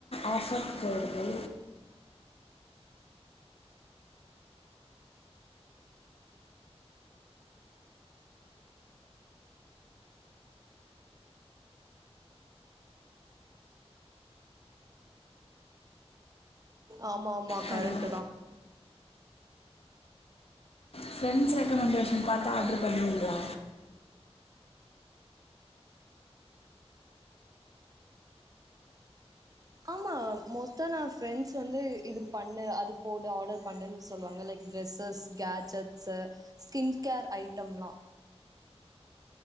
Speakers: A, on the left; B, on the right.
A: ஆஃபர் போடுது
B: ஆமா ஆமா
A: ஹலோ
B: கரெக்ட்டு தா
A: ஃப்ரெண்ட்ஸ் ரெக்கமண்டேஷன் பாத்து ஆட்ரு பண்ணுவீங்ளா
B: ஆமா மோஸ்ட்டா நா ஃப்ரெண்ட்ஸ் வந்து இது பண்ணு அது போடு ஆடர் பண்ணுன் சொல்லுவாங்க like guesses, gadgets, skin care ஐட்டம்லா